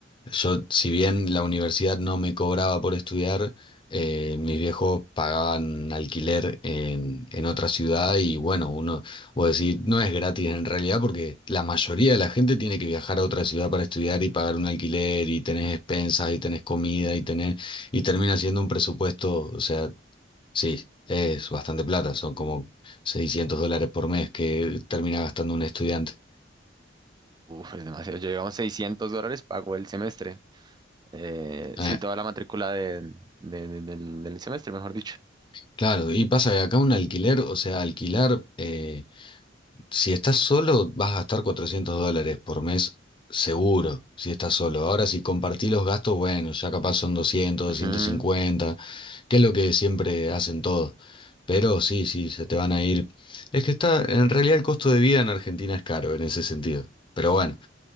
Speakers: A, on the left; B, on the right.
A: yo si bien la universidad no me cobraba por estudiar, eh, mis viejos pagaban alquiler en, en otra ciudad y bueno, uno, vos decís, no es gratis en realidad porque la mayoría de la gente tiene que viajar a otra ciudad para estudiar y pagar un alquiler y tenés expensas y tenés comida y tenés, y termina siendo un presupuesto, o sea... Sí, es bastante plata, son como 600 dólares por mes que termina gastando un estudiante.
B: Uf, es demasiado. Yo llevamos 600 dólares, pago el semestre. Eh,
A: Ah,
B: sí, toda la matrícula de, de- de- del, del semestre, mejor dicho.
A: claro, y pasa que acá un alquiler, o sea, alquilar, eh, si estás solo vas a gastar 400 dólares por mes seguro, si estás solo. Ahora si compartís los gastos, bueno, ya capaz son doscientos, doscientos
B: Ujú.
A: cincuenta. que es lo que siempre hacen todos. Pero sí, sí, se te van a ir. Es que está, en realidad el costo de vida en Argentina es caro en ese sentido. Pero bueno.